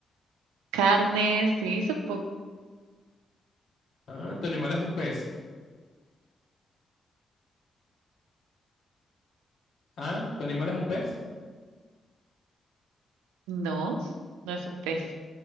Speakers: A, on the right; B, on the left.
A: carne, sí, supongo.
B: Ah, tu animal es un pez. Ah, tu animal es un pez.
A: No, no es un pez.